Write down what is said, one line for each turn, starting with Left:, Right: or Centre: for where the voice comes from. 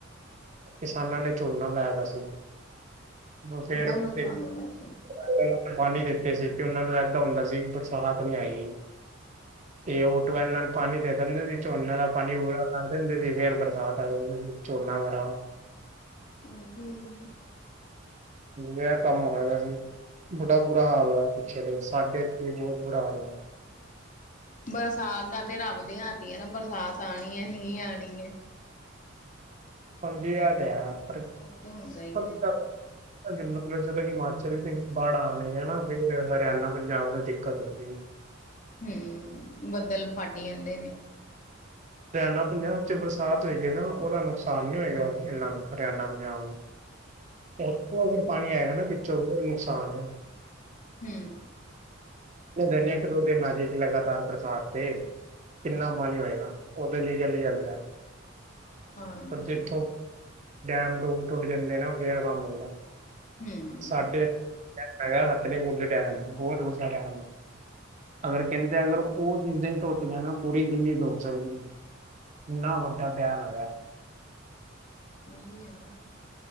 Right: ਕਿਸਾਨਾਂ ਨੇ ਝੋਨਾ ਲਾਇਆ ਵਾ ਸੀ। ਉਹ ਫੇਰ
Left: ਬਹੁਤ ਨੁਕਸਾਨ
Right: ਪਹਿਲਾਂ
Left: ਹੋਇਆ ਸੀ
Right: ਤਾਂ ਪਾਣੀ ਦਿੱਤੇ ਸੀ। ਕਿ ਉਹਨਾਂ ਨੂੰ ਇੱਦਾਂ ਸੀ ਬਰਾਸਤ ਨੀ ਆਈ ਗੀ। ਇਹ ਓਟ ਵੈਣ ਨਾਲ ਪਾਣੀ ਦੇ ਦਿੰਦੇ ਸੀ। ਝੋਨਾ ਦਾ ਪਾਣੀ ਪੂਰਾ ਕਰ ਦਿੰਦੇ ਸੀ। ਫੇਰ ਬਰਸਾਤ ਆ ਜਾਂਦੀ ਸੀ। ਝੋਨਾ ਖਰਾਬ
Left: ਊ ਹੂੰ
Right: ਜੇ ਕੰਮ ਹੋਇਆ ਵਾ ਸੀ। ਬੜਾ ਬੁਰਾ ਹਾਲ ਹੋਇਆ। ਪਿੱਛੇ ਤੋਂ ਸਾਡੇ ਇੱਥੇ ਵੀ ਬਹੁਤ ਬੁਰਾ ਹਾਲ ਹੋਇਆ।
Left: ਬਰਸਾਤ ਦਾ ਤੇ ਰੱਬ ਦੀ ਹੱਥ ਆ ਨਾ ਬਰਸਾਤ ਆਣੀ ਏ ਨੀ ਆਣੀ ਏ।
Right: ਪੰਜ ਹਜ਼ਾਰ
Left: ਉਹ ਤੇ ਹੁੰਦਾ ਹੀ
Right: <unintelligible>
Left: ਹੈ
Right: ਮਤਲਬ ਜਦੋਂ ਹਿਮਾਚਲ ਦੇ ਬੜ <unintelligible> ਆ ਨਾ ਫੇਰ ਹਰਿਆਣਾ ਪੰਜਾਬ ਨੂੰ ਦਿੱਕਤ ਹੁੰਦੀ
Left: ਹੂੰ, ਬੱਦਲ ਫਟ ਜਾਂਦੇ ਨੇ।
Right: ਹਰਿਆਣਾ ਪੰਜਾਬ ਚ ਬਰਸਾਤ ਹੋਏਗੀ ਨਾ ਉਹਦਾ ਨੁਕਸਾਨ ਨਹੀਂ ਹੋਏਗਾ ਇਹਨਾਂ ਨੂੰ ਹਰਿਆਣਾ ਪੰਜਾਬ ਨੂੰ। ਉੱਥੋਂ ਅਗਰ ਪਾਣੀ ਆਏਗਾ ਨਾ ਪਿੱਛੋਂ ਦੀ ਊ ਨੁਕਸਾਨ ਐ।
Left: ਹੁੰ।
Right: ਦਿਨ ਇੱਕ, ਦੋ ਦਿਨ ਆਜੇ ਚ ਲਗਾਤਾਰ ਬਰਸਾਤ ਤੇ ਕਿੰਨਾ ਪਾਣੀ ਹੋਏਗਾ ਉਹਦੇ ਲਈ ਚੱਲ ਜਾਂਦਾ ਐ।
Left: ਹਾਂਜੀ
Right: ਪਰ ਜਿੱਥੋਂ ਡੈਮ-ਡੂਮ ਟੁੱਟ ਜਾਂਦੇ ਨਾ ਉਹ ਫੇਰ ਐ ਕੰਮ ਹੁੰਦਾ ਐ।
Left: ਹਮ
Right: ਸਾਡੇ ਡੈਮ ਹੈਗਾ ਹਥਨੀਕੁੰਡ ਡੈਮ ਬਹੁਤ ਵੱਡਾ ਡੈਮ ਐ। ਅਗਰ ਕਹਿੰਦੇ ਅਗਰ ਉਹ ਜਿਸ ਦਿਨ ਟੁੱਟ ਗਿਆ ਨਾ, ਪੂਰੀ ਦਿੱਲੀ ਡੁੱਬ ਸਕਦੀ ਐ। ਇੰਨਾ ਵੱਡਾ ਡੈਮ ਹੈਗਾ।
Left: ਉਹੀ ਐ ਨਾ।